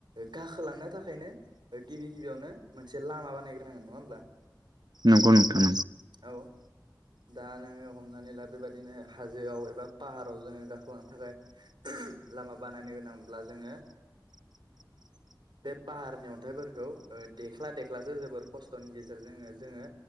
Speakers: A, on the right; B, on the right.
A: गाखोलांनो थाखायनो गिबि गिबियावनो मोनसे लामा बानायग्रोनांगोन नङा होमब्ला
B: नंगौ नोंथां नांगौ।
A: औ। दा नोङो हमनानै ला बेबायदिनो हाजोआव एबा पाहाराव जोङो गाखोलांनो थाखाय लामा बानायनो गोनांब्ला जोङो बे पाहारनि अन्थाइफोरखौ देख्ला देख्लासो जोबोर खस्थ'नि गेजेरजों जोङो